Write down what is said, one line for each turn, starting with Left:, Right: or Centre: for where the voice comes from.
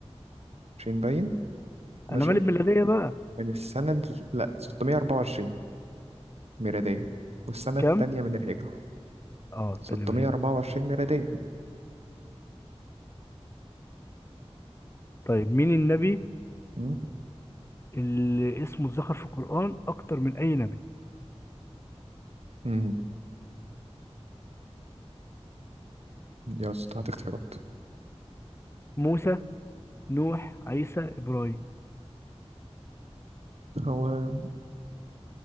Right: باين ماشي
Left: انا مالي بميلادية بقى
Right: من السنة ال- لا 624 ميلادية والسنة
Left: كام؟
Right: التانية من الهجرة
Left: اه التانية
Right: 624
Left: من الهجرة
Right: ميلادية
Left: طيب مين النبي
Right: مم.
Left: اللي اسمه اتذكر في القرآن أكتر من أي نبي؟
Right: مم. يا اسطى هتختفي
Left: موسى نوح عيسى إبراهيم
Right: هو